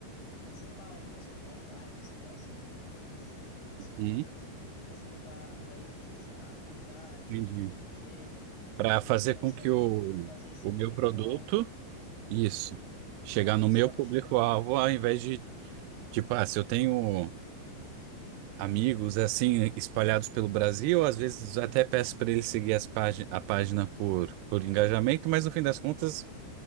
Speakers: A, on the left (about 55°); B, on the right (about 80°).
A: é, São Paulo, posso botar os bairros próximos, daí tu vai me dizer, porque eu não sei os
B: Uhum.
A: bairros. Posso botar, daí direcionar por idade,
B: Entendi.
A: por gênero,
B: Para
A: daí a gente
B: fazer
A: consegue
B: com que o,
A: fazer esse
B: o meu
A: público-alvo,
B: produto,
A: né? Isso,
B: isso,
A: do público-alvo
B: chegar no
A: certinho,
B: meu público-alvo, ao invés de, tipo, ah, se eu tenho.
A: porque
B: amigos é assim espalhados pelo Brasil, às vezes até peço para ele seguir as págin a página por, por engajamento, mas no fim das contas